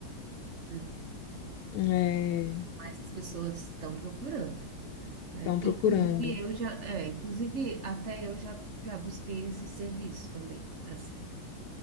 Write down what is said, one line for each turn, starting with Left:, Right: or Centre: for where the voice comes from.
Right: não.
Left: É,
Right: Mas as pessoas estão procurando. né?
Left: estão procurando.
Right: Inclusive eu já, é, inclusive até eu já, já busquei esse serviço também, assim,